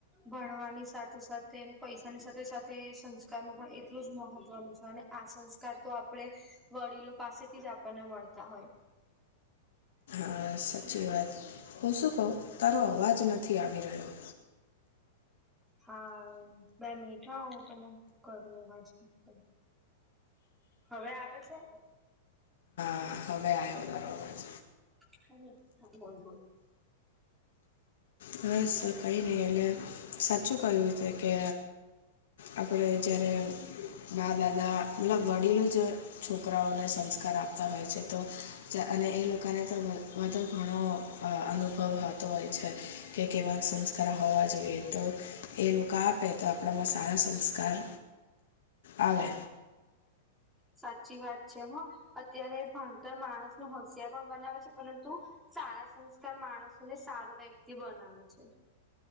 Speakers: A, in the centre; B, on the left.
A: ભણવાની સાથે સાથે પૈસાની સાથે સાથે સંસ્કારનું પણ એટલું જ મહત્વનુ છે, અને આ સંસ્કાર તો આપણે વડીલો પાસેથી જ આપણને મળતા હોય.
B: હા સાચી વાત હું શું કહું તારો અવાજ નથી આવી રહ્યો.
A: હા બે મીઠા હોું તોને કરું અવાજમા હવે આવે છે.
B: હા હવે આવ્યો દારવાજ
A: હો
B: બસ કઈ નહિ એટલે સાચુ કહ્યુ છે, કે આપણે જારે બા દાદા મતલબ વડીલો જ છોકરાઓને સંસ્કાર આપતા હોય છે તો અને એ લોકોને તો બો ઘણો અનુભવતો હોય છે. કે કેવા સંસ્કાર હોવા જોઈએ તો એ લોકો આપે તો આપણામાં સારા સંસ્કાર આવે
A: સાચી વાત છે હા અત્યારે ભણતર માણસ ન હોશિયાર પણ બનાવે છે, પરંતુ સારા સંસ્કાર માણસોને સારું વ્યક્તિ બનાવે છે.